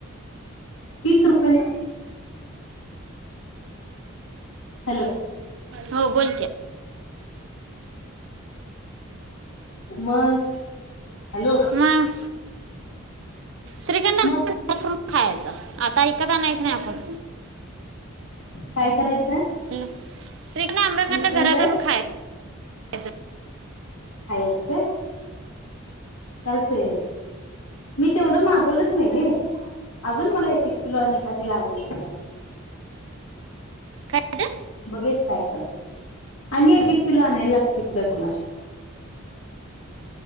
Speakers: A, on the left (about 80°); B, on the right (about 60°).
A: तीस रुपये न हॅलो
B: हो बोल की
A: मग हॅलो
B: मं श्रीखंड <inaudible>
A: मग
B: करून खायचा. आता विकत आणायचं नाही आपण.
A: काय करायचं
B: हॅलो श्रीखंड, आम्रखंड
A: श्रीखंड
B: घरात आणून खायायच.
A: खायायचा काय? चालतंय मी तेवढं मागवलोच नाही नई, अजून मला एक-एक किलो आणि एकादी लागल सुद्धा.
B: काय रे?
A: बघेत काय करता आणि एक-एक किलो आणायला लागतय काय कुणास ठाव,